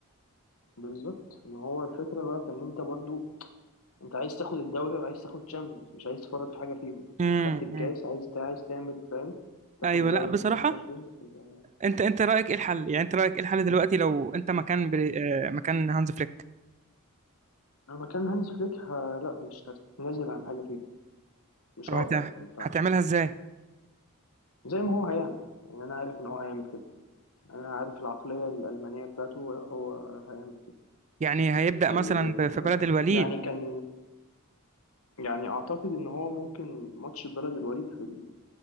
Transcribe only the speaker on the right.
امم
ايوه
لا بصراحه
انت انت رايك ايه
الحل يعني انت رايك ايه الحل دلوقتي لو انت مكان بري... آه، مكان هانز فليك
طب هت-
هتعملها ازاي
يعني هيبدأ
مثلا ب- في بلد الوليد